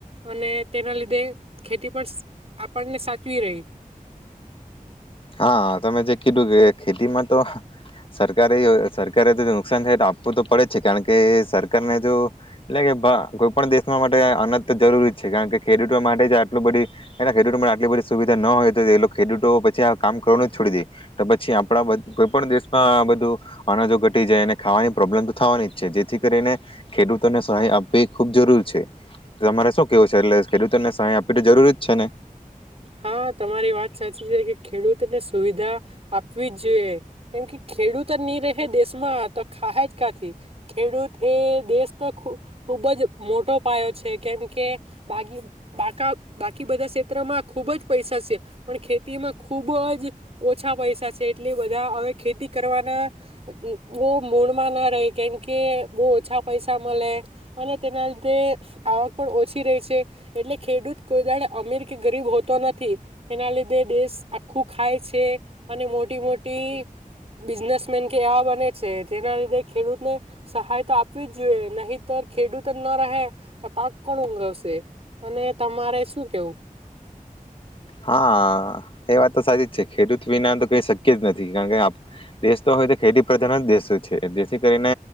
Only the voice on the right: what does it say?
અને તેના લીધે ખેતી પણ આપણને સાચવી રહી.
હા તમારી વાત સાચી છે કે ખેડૂતને સુવિધા આપવી જ જોઈએ કેમ કે ખેડૂત નની રહે દેશમાં તો ખાાય જ કાથી ખેડૂત એ દેશ તો ખૂબ જ મોટો પાયો છે કેમ કે બાકી બધા ક્ષેત્રમાં ખૂબ જ પૈસા છે પણ ખેતીમાં ખૂબ જ ઓછા પૈસા છે એટલે બધા હવે ખેતી કરવાના બહ મૂળમાં ના રહે કેમ કે બહુ ઓછા પૈસા મળે અને તેના લીધે આવક પણ ઓછી રહી છે એટલે ખેડૂત કોઈ દાડ અમીર કે ગરીબ હો નથી તેના લીધે દેશ આખું ખાય છે અને મોટી મોટી બિઝનેસમેન કે એવા બને છે જેના લીધે ખેડૂતને સહાય તો આપવી જ જોઈએ નહીતર ખેડૂત જ ન રહે તો પાક કોણ ઊઘવશે, અને તમારે શું કેવું?